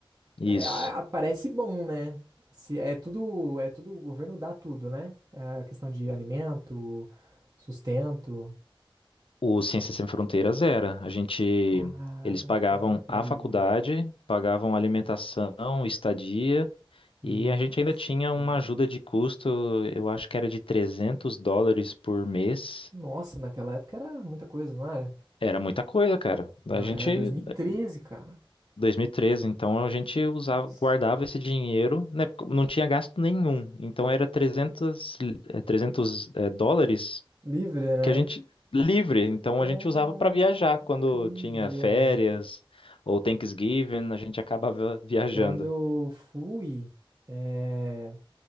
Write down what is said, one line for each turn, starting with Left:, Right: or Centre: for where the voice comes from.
Left: Isso.
Right: É, a- a- parece bom, né? Se, é tudo, é tudo, o governo dá tudo, né? É a questão de alimento, sustento.
Left: O Ciências Sem Fronteiras era. A gente,
Right: Cara,
Left: eles pagavam
Right: que incrível.
Left: a faculdade, pagavam alimentação, estadia, e
Right: Nossa,
Left: a gente ainda tinha
Right: cara.
Left: uma ajuda de custo, eu acho que era de 300 dólares por mês.
Right: Nossa, naquela época era muita coisa, não era?
Left: Era muita coisa, cara.
Right: Mas
Left: A gente,
Right: é dois mil e treze cara.
Left: 2013, então a gente usava,
Right: Nossa.
Left: guardava esse dinheiro, né? porque Não tinha gasto nenhum. Então era trezentos, li- eh, 300 eh, dólares
Right: Livre, né?
Left: que a gente livre, então
Right: Cara,
Left: a gente usava para viajar
Right: que
Left: quando
Right: incrível.
Left: tinha férias ou Thanksgiving, a gente acabava viajando.
Right: Quando eu fui, é,